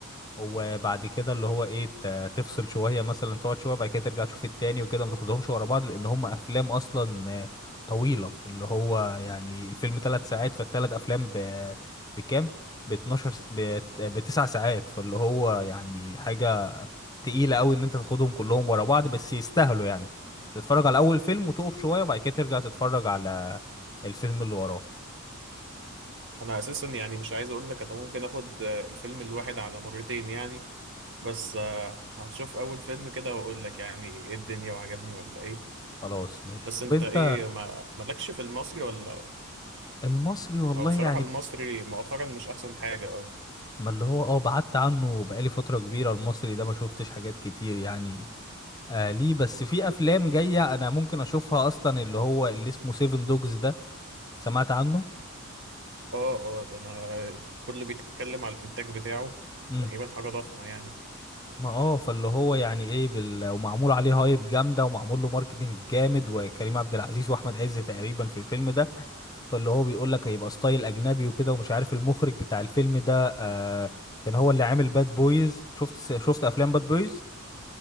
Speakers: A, on the left; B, on the right.
A: وبعد كده اللي هو ايه ت- تفصل شويه مثلا تقعد شويه بعد كده ترجع تشوف التاني وكده ما تاخدهمش ورا بعض لان هم افلام اصلا آه، طويله اللي هو يعني الفيلم ثلاث ساعات فالثلاث افلام ب... بكام ب 12 س- ب... بتسع ساعات فاللي هو يعني حاجه تقيله قوي ان انت تاخدهم كلهم ورا بعض بس يستاهلوا يعني تتفرج على اول فيلم وتقف شويه وبعد كده ترجع تتفرج على الفيلم اللي وراه
B: انا اساسا يعني مش عايز اقول لك انا ممكن اخد آه، الفيلم الواحد على مرتين يعني بس آه، هشوف اول فيلم كده واقول لك يعني ايه الدنيا وعجبني ولا ايه
A: خلاص ماشي
B: بس
A: طب
B: انت
A: انت
B: ايه ما مالكش في المصري ولا
A: المصري والله
B: هو بصراحة
A: يعني
B: المصري مؤخرا مش احسن حاجة اه
A: ما اللي هو اه بعدت عنه بقالي فترة كبيرة المصري ده ما شفتش حاجات كتير يعني آه ليه بس في افلام جاية انا ممكن اشوفها اصلا اللي هو اللي اسمه سيفن دوجز ده سمعت عنه
B: اه اه ده انا كله بيتكلم على الانتاج بتاعه
A: امم
B: تقريبا حاجة ضخمة يعني
A: ما اه فاللي هو يعني ايه بال... ومعمول عليه هايب جامدة ومعمول له ماركتنج جامد وكريم عبد العزيز واحمد عز تقريبا في الفيلم ده فاللي هو بيقول لك هيبقى ستايل اجنبي وكده ومش عارف المخرج بتاع الفيلم ده آه كان هو اللي عامل باد بويز شفت شفت افلام باد بويز